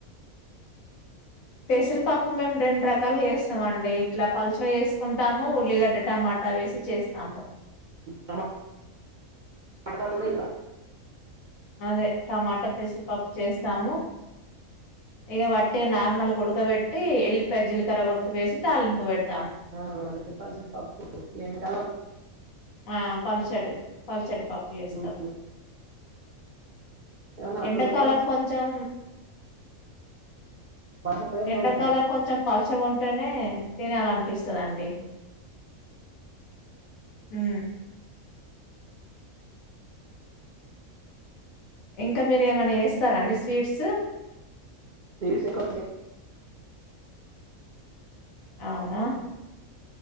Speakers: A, on the left; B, on the right.
A: పెసరిపప్పు మేము రెండు రకాలు వేస్తామ అండి ఇట్లా పల్చగా చేసుకుంటాము ఉల్లిగడ్డ టమాటా వేసి చేస్తాము
B: టమాటా కుడా వేయాలి
A: అదే టమాటా పెసరి పప్పు చేస్తాము ఇక వట్టిగా నార్మల్ ఉడకబెట్టి ఎల్లి పజీలికర్ర కొట్టి వేసి తాలింపు పెడతాం
B: ఆ అ పల్సన్ పప్పు ఎడకాల
A: ఆ పల్సటి పల్సటి పప్పు చేస్తార్
B: ఉమ్, ఏమన్నా అక్కలు
A: ఎండాకాలం
B: కూడా
A: కొంచెం
B: పసగానే
A: ఎండాకాలం
B: ఉండాలి
A: కొంచెం పోల్స ఉంటేనే తినాలంన్ పిస్తాడండి ఆ ఇంకా మీరుేమైనా చేస్తారా అండి స్వీట్స్
B: రస్ ఎ కొ
A: అవునా